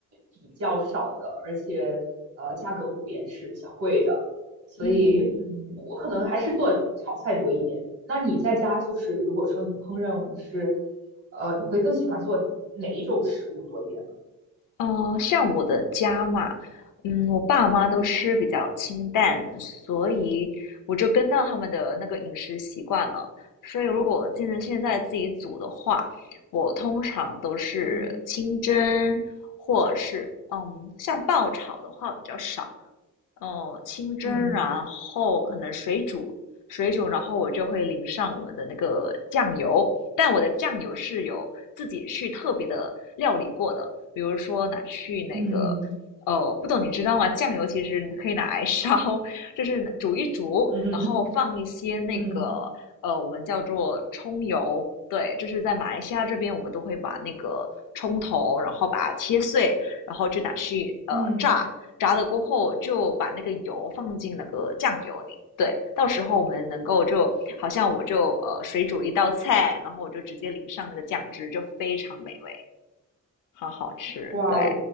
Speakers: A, on the right (about 50°); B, on the left (about 80°).
A: 比较少的，而且呃价格普遍是比较贵的，所以嗯，
B: 嗯。
A: 我可能还是做炒菜多一点。那你在家就是如果说你烹饪是，呃，你会更喜欢做哪一种食物多一点呢？
B: 呃，像我的家嘛，嗯，我爸妈都吃比较清淡，
A: 嗯
B: 所以我就跟到他们的那个饮食习惯了。所以如果现在现在自己煮的话，我通常都是清蒸，
A: 嗯
B: 或者是嗯，像爆炒的话比较少。哦，清蒸，
A: 嗯
B: 然后可能水煮，水煮，然后我就会淋上我们的那个酱油，但我的酱油是有自己去特别的料理过的，比如说拿去那个，
A: 嗯
B: 哦，不懂你知道吗？酱油其实可以拿来 <laughs> 烧，就是煮一煮，
A: 嗯嗯嗯。
B: 然后放一些那个，
A: 嗯嗯
B: 呃，我们叫做葱油，对，就是在马来西亚这边，我们都会把那个葱头，然后把它切碎，然后就拿去呃炸。
A: 嗯
B: 炸了过后，就把那个油放进那个酱油里。对，到时候我们能够就好像我就呃水煮一道菜，然后我就直接淋上那个酱汁，就非常美味，好好吃。
A: 哇，
B: 对，